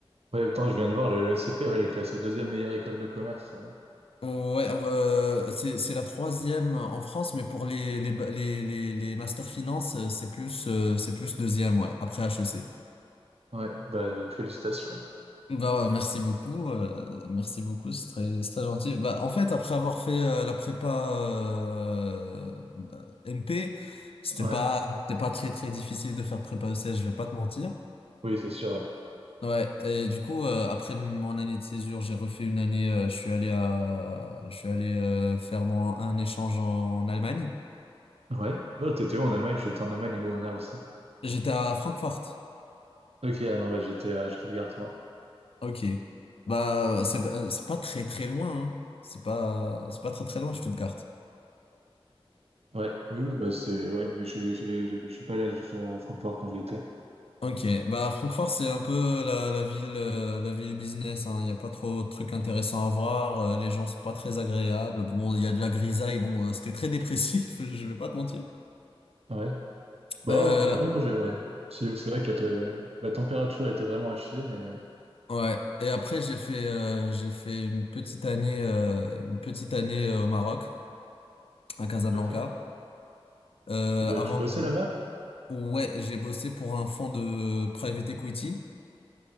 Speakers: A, on the right; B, on the left.
A: Ouais, attends, je viens de voir, le, le SCP, ouais, il est classé deuxième meilleure école de commerce. euh.
B: Euh, Ouais, euh, c'est c'est la troisième en France, mais pour les les les les, les master finance, euh, c'est plus euh, c'est plus deuxième, ouais, après HEC.
A: Ouais, bah, félicitations.
B: Bah ouais, merci beaucoup, euh, merci beaucoup, c'est très c'est très gentil. Bah en fait, après avoir fait euh, la prépa euh, MP, c'était
A: Ouais,
B: pas c'était pas très très difficile de faire prépa ECS, je vais pas te mentir.
A: oui, c'est sûr, ouais.
B: Ouais, et du coup, euh, après mon année de césure, j'ai refait une année, euh, je suis allé à, je suis allé euh, faire mon, un échange en, Allemagne.
A: Ouais. Oh, t'étais où en Allemagne? J'étais en Allemagne l'année dernière aussi.
B: J'étais à Francfort.
A: Ok, ah non, bah, j'étais à Stuttgart, moi.
B: Ok. Bah, c'est, euh, c'est pas très très loin, hein. C'est pas, c'est pas très très loin, Stuttgart.
A: Ouais, oui, oui, bah, c'est, ouais, mais j'ai, j'ai, j'ai- je suis pas allé à, à Francfort quand j'y étais.
B: Ok. Bah, Francfort, c'est un peu la, la ville, euh, la ville business, hein. Il y a pas trop de trucs intéressants à voir. euh, Les gens sont pas très agréables. Bon, il y a de la grisaille. Bon, euh, c'était très dépressif, <laughs> je vais pas te mentir.
A: Ouais. Bah,
B: Euh,
A: au- ouais, moi, j'ai, ouais. C'est c'est vrai que la, te- la température était vraiment à chier, mais, euh,
B: Ouais. Et après, j'ai fait, euh, j'ai fait une petite année, euh, une petite année euh, au Maroc, à Casablanca.
A: ok.
B: Euh,
A: Tu, bo-
B: avant,
A: tu bossais
B: de...
A: là-bas?
B: ouais, j'ai bossé pour un fonds de private equity.